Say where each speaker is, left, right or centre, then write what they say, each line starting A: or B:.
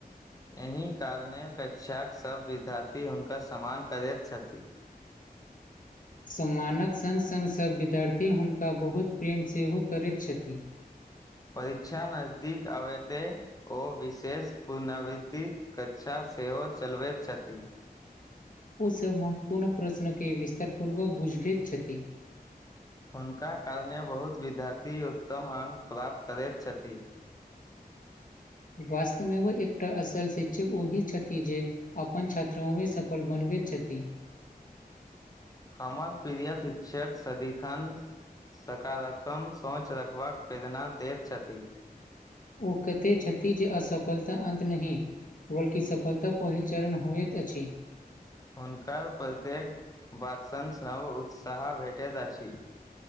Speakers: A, on the left (about 20°); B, on the left (about 55°).
A: एहि कारणे कक्षाक सभ विद्यार्थी हुनकर सम्मान करैत छथि <inaudible>
B: सम्मानक सङ्ग सङ्ग सभ विद्यार्थी हुनका बहुत प्रेम सेहो करैत छथि
A: परीक्षा नजदीक आबत ओ विशेष पुनरावृति कक्षा सेहो चलबैत छथि
B: ओ सब महत्वपूर्ण प्रश्न के विस्तारपूर्वक बूझबैत छथि
A: हुनका कारणे बहुत विद्यार्थी उत्तम अङ्क प्राप्त करैत छथि <inaudible>
B: वास्तवमे ओ एकटा असल शिक्षक ओहि छथि जे अपन छात्रा मे सफल बनबैत छथि ती
A: हमर प्रिय शिक्षक सदिखन सकारात्मक सोच रखबाक प्रेरणा दैत छथि
B: ओ कते छथि जे असफलता अन्त नहि बल्कि सफलता पहिल चरण होयइत अछि
A: हुनकर प्रत्येक बातसन सभ उत्साह भेटैत अछि